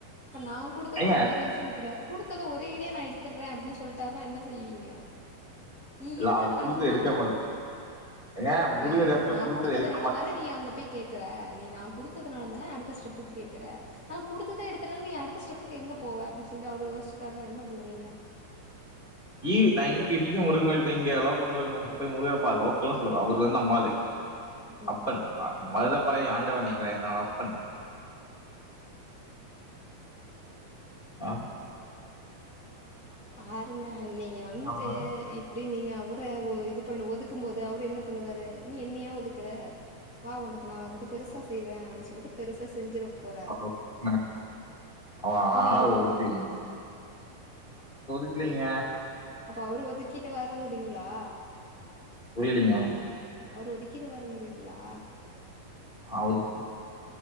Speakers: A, in the centre; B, on the left (about 15°).
A: இப்ப நா குடுத்தது
B: ஏங்க
A: உனக் பெரிய விஷயம் தெரியல்ல குடுத்ததே ஒரே எடுத்துறே அப்டின் சொல்லிட்டாருனா என்ன செய் செய்வீங்க நீ
B: இல்ல,
A: இருக்கதுனாலத
B: அவர் கொடுத்து எடுக்க
A: நா
B: மாட்டேன் ஏங்க முருகர்
A: ஏய்
B: எப்பவுமே
A: நா
B: கொடுத்தது
A: குடுத்ததுனால
B: எடுக்க மாட்டேன்
A: தான நீ அங்க போய் கேக்கற நீ நா குடுத் த்துனால தான அடுத்த ஸ்டெப்புக் கேக்கற நா குடுத்ததே எடுத்துட்னா நீ அடுத்த ஸ்டெப்புக்கு எங்க போவ அப்டி சொல்லி அவுரு யோஸ்ச்சுடாருனா என்ன பண்ணுவீங்க
B: ஈவு நா என்னிக்கு இன்னிக்கு முருங்கோயில் த இங்க லோக்கல் <unintelligible> முருகரு பா லோக்கல்னு சொல்லல அவுரு வந் நம்மாளு
A: ம்
B: அப்பன் அ மருதமலை ஆண்டவன் நீங்க என்னோட அப்பன் அ
A: பாருங்க நீங்க வந்துட்டு
B: அவன்
A: இப்பிடி நீங்க அவுர ஒ இது பண்ண ஒதுக் க்கும் போது அவுரு என்ன பண்ணுவாரு நீ என்ன யா ஒதுக்குற வா உனக்கு நா வந்துட் பெருசா செய்றே அப்டி சொல்ட்டு பெருசா செஞ்சுற போறாரு
B: அவன் அவன்
A: புரியலங்க
B: அவர் ஒதுக்கலைங்க க்கிலீங்க
A: அப்ப அவுரு ஒதிக்கிட்டு வருங் கிங்ளா
B: புரியலிங்க
A: அவுரு ஒதிக்கீருவாருங்கிறீங்ளா
B: ஆ ஒதி